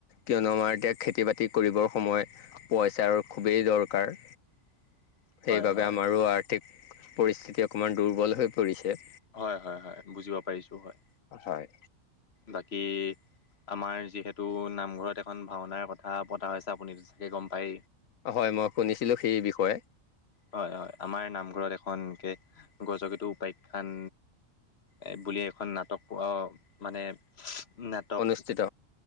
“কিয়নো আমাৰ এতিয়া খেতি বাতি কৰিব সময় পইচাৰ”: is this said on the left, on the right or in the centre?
Left